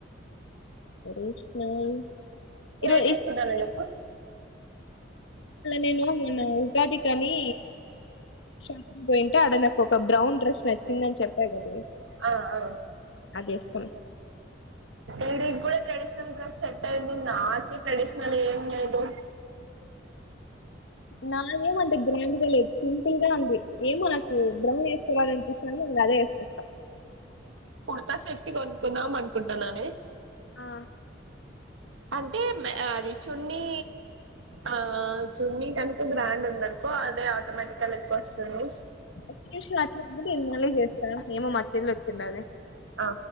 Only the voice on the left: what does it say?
రేష్ణయి ఈరోజాల
నేను మొన్న ఉగాది కాని షాపింగ్ పోయింటే అడన ఒక బ్రౌన్ రడ్రెష్ నచ్చిందని చెప్పా కద
అది వసుకొని వస్తా
నాం అంత గ్రాండ్గాలజ సింపుల్ గా ఉంది ఏం మనకు బ్రమ్ వేసుకోవాలంట సంగా అదేస్త
ఆ!
ఒక నిమిష అట్లా ఇమళ చేస్తా ఏమో మట్ ఇల్లు వచ్చిండ అది